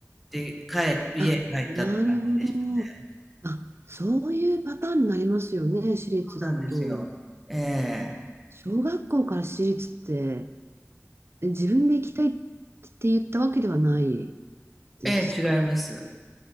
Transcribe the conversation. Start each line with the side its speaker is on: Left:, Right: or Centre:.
Centre: て、帰、家に帰ったって感じでしたね。
Right: あ、なるほど。あ、そういうパターンになりますよね、私立だと。
Centre: そうなんですよ。ええ。
Right: 小学校から私立って、え自分で行きたいって言ったわけではないですか
Centre: ええ、違います。